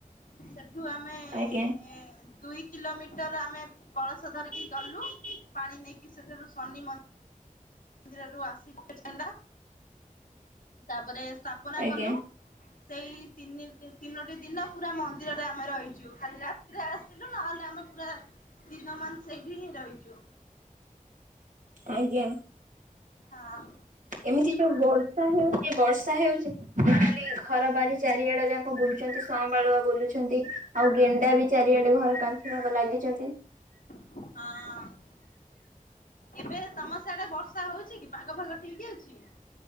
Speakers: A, on the left; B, on the right.
A: ଲୁ ସେଠୁ ଆମେ
B: ଆଜ୍ଞା
A: ଏ ଦୁଇ କିଲୋମିଟର ଆମେ କଳସ ଧରିକି ଗଲୁ ପାଣି ନେଇକି ସେଠାରୁ ଶନି ମନ୍ଦି ମନ୍ଦିରରୁ ଆସିଲୁ କେତେ ହେଲା ତାପରେ ସ୍ଥାପନା
B: ଆଜ୍ଞା
A: କଲୁ। ସେଇ ତିନି ତିନୋଟି ଦିନ ପୁରା ମନ୍ଦିରରେ ଆମେ ରହିଛୁ ଖାଲି ରାତି ରେ ଆସିଲୁ ନହେଲେ ଆମେ ପୁରା ଦିନ ମାନ୍ ସେଇଠି ହିଁ ରହିଛୁ।
B: ଆଜ୍ଞା।
A: ହଁ।
B: ଏମିତି ଯୋଉ ବର୍ଷା ହେଉଛି ବର୍ଷା ହେଉଛି। ଖାଲି ଘର ବାରି ଚାରିଆଡେ ଯାଙ୍କ ବୁଲୁଛନ୍ତି ସଁବାଳୁଆ ବୁଲୁଛନ୍ତି ଆଉ ଗେଣ୍ଡା ବି ଚାରିଆଡେ ଖାଲି ଘର କାନ୍ଥ ବାଙ୍କ ଲାଗିଛନ୍ତି।
A: ହଁ ଏବେ ତମ ସିଆଡେ ବର୍ଷା ହଉଛି କି ପାଗ ଫାଗ ଠିକ ଅଛି।